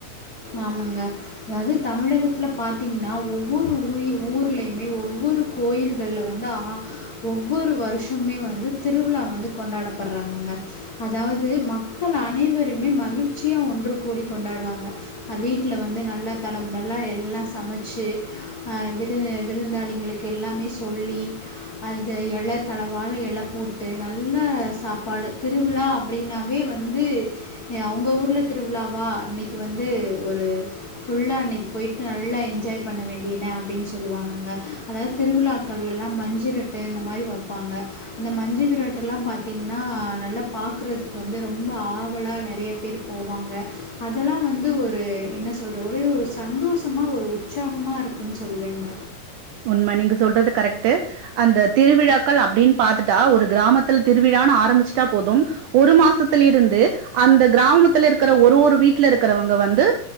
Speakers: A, on the left; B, on the right.
A: ஆமாங்க அதாது தமிழகத்ல பாத்தீங்கனா ஒவ்வொரு உய் ஊர்லயுமே ஒவ்வொரு கோயில்கள்ல வந்து ஆ ஒவ்வொரு வர்ஷமே வந்து திருவழா வந்து கொண்டாடப்பட்றாங்கங்க அதாவது மக்கள் அனைவருமே மகிழ்ச்சியா ஒன்று கூடி கொண்டாடுவாங்க வீட்ல வந்து நல்லா தடபுடலா எல்லா சமச்சு அ‌ விரு விருந்தாளிங்களுக்கு எல்லாமே சொல்லி அந்த எல தளவால எல போட்டு நல்லா சாப்பாடு திருவுழா அப்டினாவே வந்து அவுங்க ஊர்ல திருவுழாவா இன்னக்கி வந்து ஒரு ஃபுல்லா இன்னக் போய்டு நல்லா என்ஜாய் பண்ண வேண்டியத அப்டின் சொல்லுவாங்கங்க அதாது திருவிழாக்கள்லா மஞ்சுரட்டு இந்த மாரி வப்பாங்க அந்த மஞ்சு விரட்டலா பாத்தீங்கனா நல்லா பாக்கறதுக்கு வந்து ரொம்ப ஆவலா நெறய பேர் போவாங்க அதல்லா வந்து ஒரு ரு என்ன சொல்ர ஒரே ஒரு சந்தோஷமா ஒரு உற்சாகமா இருக்குன் சொல்வேங்க
B: உண்ம நீங்க சொல்றது கரெக்ட்டு அந்த திருவிழாக்கள் அப்டின் பாத்துட்டா ஒரு கிராமத்துல் திருவிழான் ஆரம்பிச்டா போதும் ஒரு மாசத்திலிருந்து அந்த கிராமத்துல இருக்குற ஒரு ஒரு வீட்லருக்கறவங்க வந்து